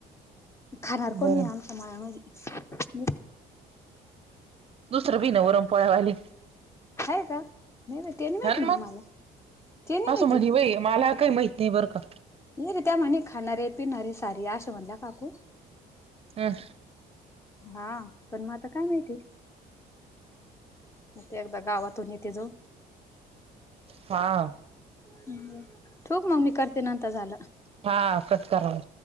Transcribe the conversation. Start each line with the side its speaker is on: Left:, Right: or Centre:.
Left: खाणार
Right: बरं
Left: कोण नाही आम् <unintelligible>
Right: दुसरं भी न वरण पोळ्यावाले
Left: हय का नाही नाही ते माहिती
Right: ह ना मग
Left: मला ते नाही माहिती
Right: असं म्हणी बाई मला काही माहित नाही बरं का
Left: ये रे त्या म्हणे खाणारे पिणारे सारे असे म्हणल्या काकू
Right: अं
Left: हा पण मग आता काय माहिती? ते एकदा गावातून येते जाऊन
Right: हा
Left: हम् ठूउ का मग मी करते नंतर झालं.
Right: हा कट कराव.